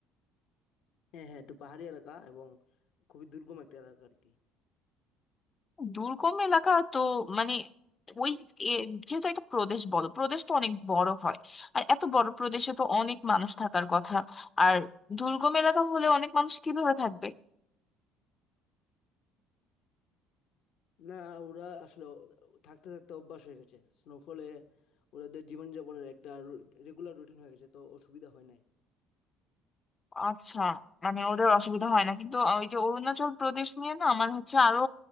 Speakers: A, on the left; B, on the left.
A: হ্যাঁ হ্যাঁ একটু পাহাড়ি এলাকা এবং খুবই দুর্গম একটা এলাকা আর কি
B: দুর্গম এলাকা তো মানে ওই এ- যেহেতু একটা প্রদেশ বলো প্রদেশ তো অনেক বড় হয় আর এত বড় প্রদেশে তো অনেক মানুষ থাকার কথা আর দুর্গম এলাকা হলে অনেক মানুষ কিভাবে থাকবে
A: না ওরা আসলে থাকতে থাকতে অভ্যাস হয়ে গেছে স্নোফলে ওদের জীবনযাপনের একটা রেগুলার রুটিন হয়ে গেছে তো অসুবিধা হয় নাই
B: আচ্ছা মানে ওদের অসুবিধা হয় না কিন্তু ওই যে অরুণাচল প্রদেশ নিয়ে না আমার হচ্ছে আরো